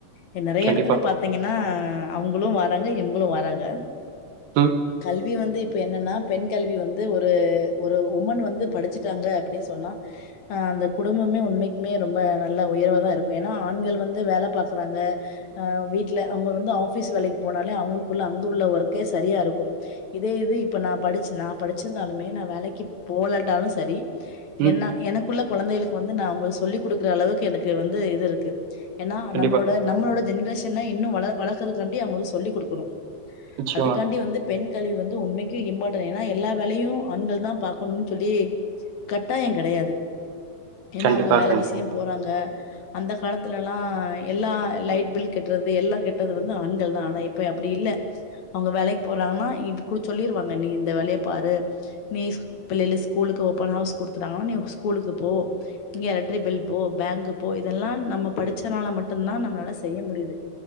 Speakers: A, on the left (about 55°); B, on the right (about 80°).
A: இங்க நிறைய
B: கண்டிப்பா
A: எடத்துல பார்த்தீங்கன்னா அவங்களும் வராங்க இவங்களும் வராங்க
B: ம்
A: கல்வி வந்து இப்ப என்னனா பெண் கல்வி வந்து ஒரு ஒரு உமன் வந்து படிச்சுட்டாங்க அப்படின்னு சொன்ன அந்த குடும்பமே உண்மைக்குமே ரொம்ப நல்ல உயர்வை தான் இருக்கும் ஏன்னா ஆண்கள் வந்து வேலை பாரக்குறாங்க ஆஹ் வீட்டுல அவங்க வந்து ஆபீஸ் வேலைக்கு போனாலே அவங்களுக்குள்ள அங்க உள்ள ஒர்க்கே சரியா இருக்கும் இதே இது இப்ப நான் படிச்ச நான் படிச்சிருந்தாலுமே நான் வேலைக்கு கிப்போலட்டாலும் சரி
B: ம்
A: என்னல எனக் இப்ப உள்ள குழந்தைகளுக்கு வந்து நான் அவங்களுக்கு சொல்லி் கொடுக்குற அளவுக்கு எனக்கு வந்து இது இருக்கு ஏனா
B: கண்டிப்பா
A: நம்மளோட நம்மளோட ஜென்ரேஷன் இன்னும் வளர்க்கதுக்காண்டி அவங்களுக்கு சொல்லிக் கொடுக்கணும்
B: நிச்சயமா
A: அதுகாண்டி வந்து பெண் கல்வி வந்து உண்மைக்கு இம்பாட்டன் என எல்லா வேலையும் ஆண்கள் தான் பாக்கணும்னு சொல்லி கட்டாயம் கிடையாது ஏனா
B: கண்டிப்பா
A: அவங்க வேலை
B: கண்
A: விஷயம் போறாங்க அந்த காலத்துலல எல்லாம் லைட் பில் கெட்டுறது எல்லாம் கெட்டுறதும் வந்து ஆண்கள் தான் ஆனா இப்ப அப்படி இல்ல அவங்க வேலைக்கு போறாங்கன்னா இப்போ சொல்லிருவாங்க நீ இந்த வேலைய பாரு நீ பிள்ளையாளு ஸ்கூலுக்கு ஓப்பன் ஹவுஸ் குடுத்துட்டாங்கன்னா நீ ஸ்கூலுக்கு போ இங்க எலக்ரி பெல் போ பேங்க் போ இதெல்லா நம்ம படிச்சனால மட்டும் தா நம்மளால செய்ய முடியுது